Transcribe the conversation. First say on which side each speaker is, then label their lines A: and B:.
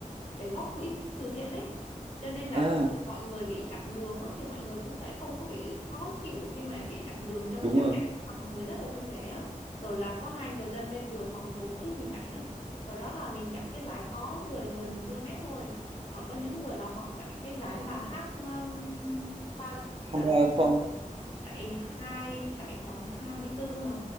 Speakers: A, on the left; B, on the right.
A: để góp quỹ từ thiện ấy cho nên là
B: à
A: khi mà mọi người bị chặn đường á, thì mọi người cũng sẽ không có bị khó chịu khi mà bị chặn đường cho người
B: đúng
A: khác
B: rồi
A: chạy mà mọi người rất là vui vẻ á. rồi là có hai người dân bên đường họ còn cổ vũ cho mình chạy nữa hồi đó là mình chạy cái giải có 10 11 km thôi còn có những người là họ chạy cái giải là half um, marathon
B: Hamilton
A: là chạy hai chạy khoảng 24 hả